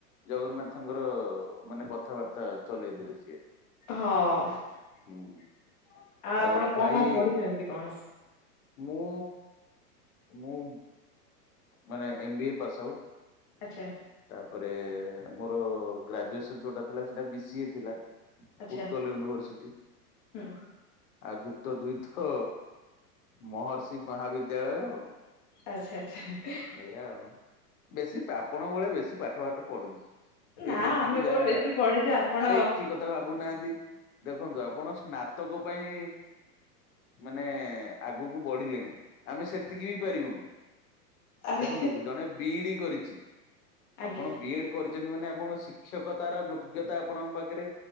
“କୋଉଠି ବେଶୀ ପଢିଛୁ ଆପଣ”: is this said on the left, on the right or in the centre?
Left